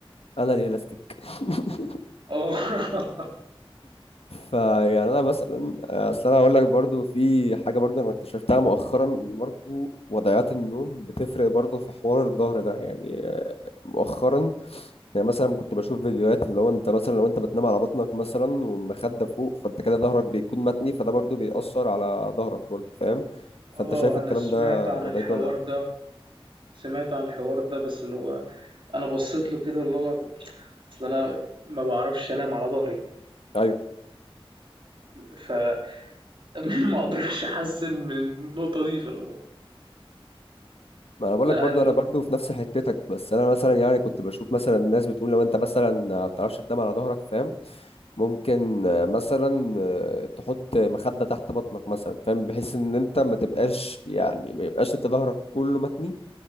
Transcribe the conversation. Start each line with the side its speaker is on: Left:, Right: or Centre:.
Left: انا الالاستيك <laughs>
Right: اه <laughs>
Left: فيعني انا مثلا اصل انا اقول لك برضو في حاجه برضو انا اكتشفتها مؤخرا ان برضو وضعيات النوم بتفرق برضو في حوار الظهر ده يعني مؤخرا يعني مثلا كنت بشوف فيديوهات اللي هو انت مثلا لو انت بتنام على بطنك مثلا والمخدة فوق فانت كده ظهرك بيكون متني فده برضو بيأثر على ظهرك برضو فاهم فانت
Right: اه
Left: شايف الكلام
Right: انا سمعت
Left: ده
Right: عن
Left: وضعيته
Right: الحوار
Left: ولا لا
Right: ده سمعت عن الحوار ده بس اللي هو انا بصيت له كده اللي هو اصل انا ما بعرفش انام على ظهري
Left: ايوه
Right: فما <laughs> اقدرش احسن من النقطة دي فاللي هو
Left: ما انا بقول
Right: لا
Left: لك برضو
Right: اللي
Left: انا
Right: هو
Left: برضو في نفس حتتك بس انا مثلا يعني كنت بشوف مثلا الناس بتقول لو انت مثلا ما بتعرفش تنام على ظهرك فاهم ممكن آه، مثلا آه، تحط مخدة تحت بطنك مثلا فاهم بحيث ان انت ما تبقاش يعني ما يبقاش انت ظهرك كله متني